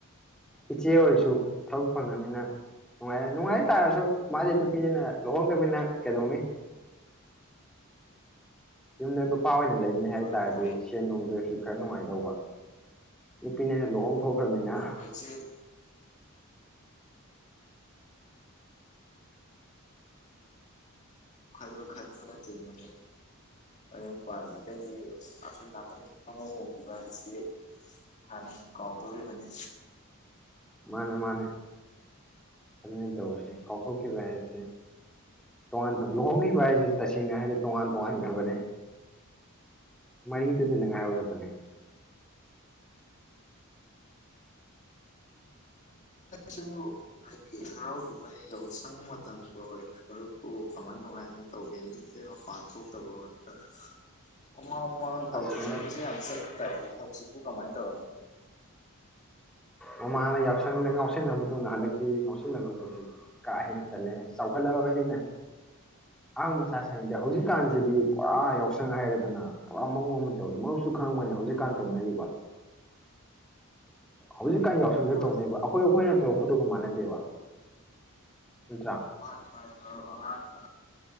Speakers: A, in the centre; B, on the left.
A: ꯏꯆꯦ ꯑꯣꯏꯔꯁꯨ ꯊꯕꯛ ꯐꯪꯉꯅꯤꯅꯅꯨꯡꯉꯥꯏꯔꯦ ꯅꯨꯡꯉꯥꯏ ꯇꯥꯔꯁꯨ ꯃꯥꯗꯤ ꯅꯨꯄꯤꯅꯤꯅ ꯂꯨꯍꯣꯡꯗꯅꯤꯅ ꯀꯩꯗꯧꯅꯤ ꯌꯨꯝꯗ ꯅꯨꯄꯥ ꯑꯣꯏꯅ ꯂꯩ ꯍꯥꯏ
B: ꯃꯔꯨꯞꯈꯣꯏ
A: ꯇꯥꯔꯗꯤ ꯁꯤꯅ ꯅꯣꯡꯗ ꯁꯤ ꯈꯔ ꯅꯨꯡꯉꯥꯏꯗꯧꯕ ꯅꯨꯄꯤꯅꯤꯅ ꯂꯨꯍꯣꯡ ꯊꯣꯛꯈ꯭ꯔꯃꯅꯤꯅ
B: ꯀꯣꯏꯁꯦ <unintelligible> ꯈꯜꯂ ꯈꯠꯇꯅ ꯇꯤꯟꯅꯤꯦ ꯍꯌꯦꯨꯝ ꯄꯗꯩꯗꯤ ꯑꯈꯅꯥꯀ ꯑꯃ ꯍꯣꯡꯕꯁꯤ ꯍꯥꯟꯅ ꯀꯥꯎꯗꯧꯔꯤꯕꯅꯤ
A: ꯃꯥꯅꯦ ꯃꯥꯅꯦ ꯑꯗꯨꯅꯤ ꯇꯧꯔꯤꯁꯤ ꯀꯥꯎꯊꯣꯛꯈꯤꯕ ꯍꯥꯏꯁꯦ ꯇꯣꯉꯥꯟꯉ ꯂꯨꯍꯣꯡꯈꯤꯕ ꯍꯥꯏꯁꯦ ꯇꯁꯦꯡꯅ ꯍꯥꯏꯗꯤ ꯇꯣꯉꯥꯟ ꯇꯣꯉꯥꯟꯈ꯭ꯔꯕꯅꯦ ꯃꯔꯤꯗꯨꯗꯅ ꯉꯥꯏꯍꯧꯔꯕꯅꯦ
B: ꯁꯨ ꯍꯥꯏꯗꯤ ꯍꯔꯥꯎ ꯀꯨꯝꯍꯩ ꯌꯥꯎꯁꯪ ꯃꯇꯝꯒ ꯑꯣꯏꯔꯦ ꯃꯔꯨꯞꯄꯨ ꯀꯃꯥꯏ ꯀꯃꯥꯏꯅ ꯇꯧꯒꯦ ꯃꯄꯥꯟ ꯊꯣꯛꯇꯕ ꯉ ꯃꯃꯥꯪ ꯃꯃꯥꯡ ꯊꯧꯔꯁꯦꯕꯁꯨ
A: ꯑꯁ
B: ꯌꯥꯝ ꯆꯠ ꯇꯥꯏꯅꯦ ꯍꯧꯖꯤꯛ ꯄꯨ ꯀꯃꯥꯏ ꯇꯧꯔꯦ
A: ꯃꯃꯥꯅ ꯌꯥꯎꯁꯪꯗ ꯉꯎꯁꯟꯅꯂꯕ ꯃꯇꯨꯡꯗ ꯍꯟꯗꯛꯇꯤ ꯉꯥꯎꯁꯤꯟꯅꯂꯗꯧꯕꯁꯤ ꯀꯥ ꯍꯦꯟꯅ ꯇꯜꯂꯦ ꯆꯥꯎꯈꯠꯂꯛꯑꯕꯅꯤꯅꯦ ꯑꯍꯥꯡ ꯃꯁ ꯁꯅꯤꯡꯗꯦ ꯍꯧꯖꯤꯛꯀꯥꯟꯁꯤꯗꯤ ꯄꯨꯔꯥ ꯌꯥꯎꯁꯪ ꯍꯥꯏꯔꯗꯅ ꯄꯨꯔꯥ ꯃꯑꯣꯡ ꯑꯃ ꯇꯧꯔꯤꯦ ꯃꯔꯨꯁꯨ ꯈꯪꯕꯅꯤ ꯍꯧꯖꯤꯛꯀꯥꯟ ꯇꯧꯅꯔꯤꯕꯔꯤꯕ ꯍꯧꯖꯤꯛ ꯀ ꯌꯥꯎꯁꯟꯗ
B: ꯃꯥꯅꯤ
A: ꯇꯧꯅꯦꯕ ꯑꯩꯈꯣꯏ ꯑꯩꯈꯣꯏꯅ ꯇꯧꯟꯗꯨꯒ ꯃꯥꯟꯅꯗꯦꯕ ꯅꯠꯇ꯭ꯔꯥ
B: ꯃꯥꯅꯤ ꯃꯥꯅꯤ ꯃꯔꯨꯞ ꯑꯉꯥꯪ